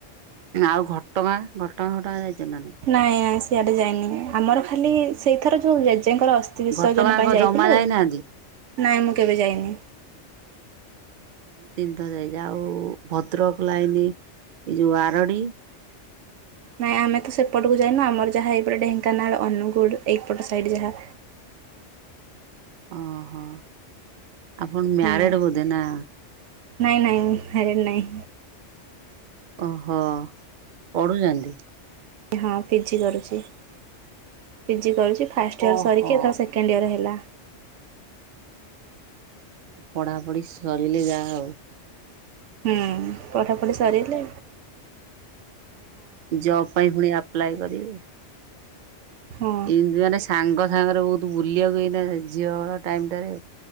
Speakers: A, on the right; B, on the right.
A: ଆଉ ଘଟଗାଁ ଘଟଗାଁ ଘଟା ଯାଇଛ ନା ନାଇଁ?
B: ନାଇଁ ନାଇଁ ସିଆଡେ ଯାଇନି ଆମର ଖାଲି ସେଇଥର ଯୋଉ ଜେଜେଙ୍କର ଅସ୍ ତି ବିିସର୍ଜନ
A: ଘଟଗାଁ
B: ପାଇଁ
A: କଣ
B: ଯାଇଥିଲୁ
A: ଜମା ଯାଇନାହାନ୍ତି?
B: ନାଇଁ ମୁଁ କେବେ ଯାଇନି।
A: ମୁଁ ତିନିଥର ଯାଇଛି ଆଉ ଭଦ୍ରକ ଲାଇନ ଏ ଯେଉଁ ଆରଡ଼ି
B: ନାଇଁ ଆମେ ତ ସେପଟକୁ ଯାଇନୁ ଆମର ଯାହା ଏଇପଟେ ଢେଙ୍କାନାଳ ଅନୁଗୁଳ ଏଇପଟ ସାଇଡ ଯାହା।
A: ଓହୋ ଆପଣ ମ୍ୟାରେଡ
B: ହୁଁ
A: ବୋଧେ ନା?
B: ନାଇଁ ନାଇଁ ମ୍ୟାରେଡ଼୍ ନାଇଁ।
A: ଓହୋ ପଢ଼ୁଛନ୍ତି?
B: ହଁ ପିଜି କରୁଛି। ପିଜି କରୁଛି ଫାଷ୍ଟ ଇୟର
A: ଓହୋ
B: ସରିକି ଏଥର ସେକେଣ୍ଡ ଇୟର ହେଲା।
A: ପଢାପଢି ସରିଲେ ଯାହାହଉ।
B: ହୁଁ ପଢପଢି ସରିିଲେ
A: ଜବ୍ ପାଇଁ ପୁଣି ଆପ୍ଲାଏ କରିବେ।
B: ହଁ
A: ଏମତି ମାନେ ସାଙ୍ଗ ସାଙ୍ଗରେ ବହୁତ ବୁଲିବାକୁ ଏଇନା ଝିଅ ଟାଇମ ଟାରେ